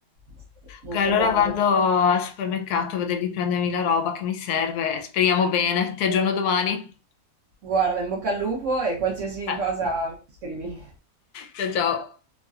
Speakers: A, on the right; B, on the left.
A: Sì, molto
B: Ok, allora
A: buona.
B: vado al supermercato a vedere di prendermi la roba che mi serve. Speriamo bene. Ti aggiorno domani.
A: Guarda, in bocca al lupo e qualsiasi
B: <laughs>
A: cosa mi scrivi.
B: Ciao ciao.